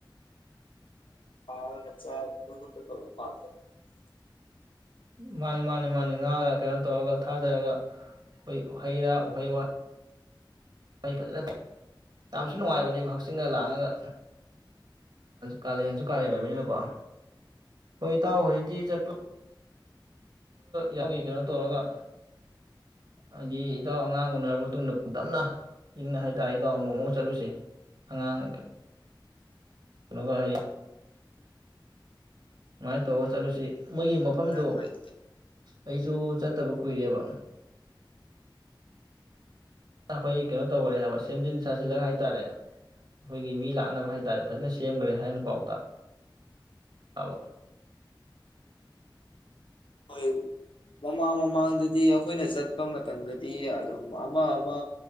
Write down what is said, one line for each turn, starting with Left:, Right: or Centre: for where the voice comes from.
Left: <unintelligible>
Right: ꯃꯥꯅꯤ ꯃꯥꯅꯤ ꯃꯥꯅꯤ ꯉꯥꯒ ꯀꯩꯅꯣ ꯇꯧꯔꯒ ꯊꯥꯗꯔꯒ ꯑꯩꯈꯣꯏ ꯍꯩ ꯔꯥ ꯎꯍꯩꯋꯥꯍꯩ ꯃꯩ ꯐꯖꯅ ꯌꯥꯝꯁꯨ ꯅꯨꯡꯉꯥꯏꯕꯅꯤ ꯃꯍꯥꯛ ꯍꯛꯁꯤꯡꯅ ꯂꯥꯡꯉꯒ ꯀꯥꯂꯦꯟꯁꯨ ꯀꯥꯂꯦꯟ ꯑꯣꯏꯕꯅꯤꯅꯀꯣ ꯍꯣꯏ ꯏꯇꯥꯎ ꯍꯧꯖꯤꯛꯇꯤ ꯆꯠꯄ ꯌꯥꯎꯒꯦ ꯀꯩꯅꯣ ꯇꯧꯔꯒ ꯍꯥꯏꯗꯤ ꯏꯇꯥꯎ ꯑꯉꯥꯡ ꯎꯅꯔꯕ ꯃꯇꯨꯡꯗ ꯇꯞꯅ ꯏꯪꯅ ꯍꯥꯏꯇꯥꯔꯦ ꯏꯇꯥꯎ ꯅꯣꯡꯃ ꯆꯠꯂꯨꯁꯦ ꯑꯉꯥꯡ ꯀꯩꯅꯣꯒ ꯍꯥꯏ ꯃꯥꯏ ꯇꯧ ꯆꯠꯂꯨꯁꯤ ꯃꯣꯏꯒꯤ ꯃꯐꯝꯗꯣ
Left: ꯍꯣꯏ
Right: ꯑꯩꯁꯨ ꯆꯠ ꯇꯕ ꯀꯨꯏꯔꯕ ꯑꯩꯈꯣꯏ ꯀꯩꯅꯣ ꯇꯧꯒꯔꯦ ꯍꯥꯏꯕ ꯁꯦꯝꯖꯤꯟ ꯁꯥꯖꯤꯜꯂꯒ ꯍꯥꯏ ꯇꯔꯦ ꯑꯩꯈꯣꯏꯒꯤ ꯃꯤ ꯂꯥꯛꯅꯕ ꯍꯥꯏ ꯇꯥꯔꯦ ꯐꯖꯅ ꯁꯦꯝꯈꯔꯦ ꯍꯥꯏꯅ ꯄꯥꯎ ꯇꯥ ꯑꯕ
Left: ꯍꯣꯏ ꯃꯃꯥꯡ ꯃꯃꯥꯡꯗꯗꯤ ꯑꯩꯈꯣꯏꯅ ꯆꯠꯄ ꯃꯇꯝꯗꯗꯤ ꯑꯗꯨꯝ ꯑꯃ ꯑꯃ